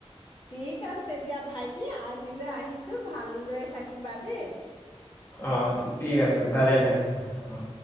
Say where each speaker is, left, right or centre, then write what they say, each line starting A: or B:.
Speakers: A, on the left; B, on the left.
A: ঠিক আছে দিয়া ভাইটি আজিলৈ আহিছোঁ ভালদৰে থাকিবা দেই
B: আহ ঠিক আছে ভালে থাকিম আহ